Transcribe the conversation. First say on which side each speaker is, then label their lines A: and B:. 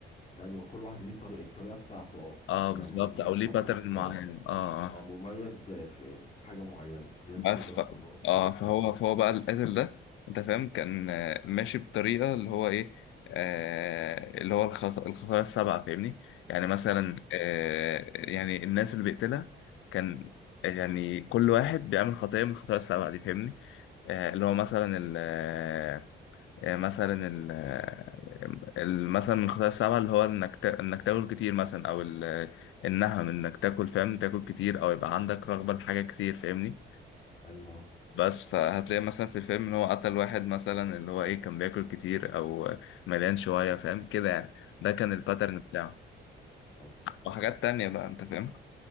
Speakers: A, on the left; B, on the left.
A: ايوه كل واحد ليه طريقه الطريقه بتاعته اه
B: اه
A: يعني
B: بالظبط
A: مثلا
B: او
A: حسب
B: ليه باترن معين
A: اه
B: اه آه.
A: آه، مميز في في حاجه معينه في ناس
B: بس
A: بتضرب
B: ف...
A: في الراس
B: اه
A: وكذا
B: فهو
A: اه
B: فهو بقى القاتل ده انت فاهم كان آه، ماشي بطريقه اللي هو ايه آه اللي هو الخط... الخطايا السبعه فاهمني يعني مثلا آه يعني الناس اللي بيقتلها كان يعني كل واحد بيعمل خطيه من الخطايا السبعه دي فاهمني آه اللي هو مثلا ال آه، آه، مثلا ال آه، ال- مثلا من الخطايا السبعة اللي هو انك تا- انك تاكل كتير مثلا او ال- آه، النهم انك تاكل فاهم تاكل كتير او يبقى عندك رغبة لحاجة كتير فاهمني
A: ايوه
B: بس فهتلاقي مثلا في الفيلم ان هو قتل واحد مثلا اللي هو ايه كان بياكل كتير او مليان شوية فاهم كده يعني ده كان الباترن بتاعه
A: الله حلو
B: وحاجات تانية بقى انت فاهم